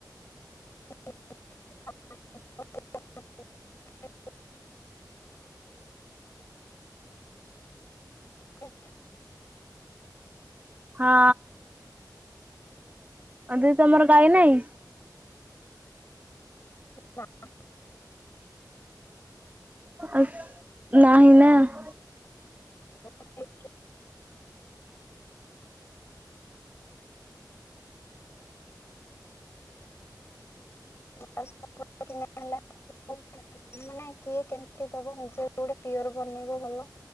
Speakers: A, on the left (about 35°); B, on the right (about 20°).
A: <inaudible> <inaudible> <inaudible>
B: ହଁ। ଆଉ ଦି ତମର ଗାାଇ ନାହିଁ?
A: <inaudible> ନାଆଁ
B: ଆଉ ନାହିଁ ନା? <inaudible>
A: ହବନି <unintelligible> ମାନେ କିଏ କେମିତି ଦବ ନିଜେ ଗୋଟେ ପିଓର ବନେଇବ ଭଲ।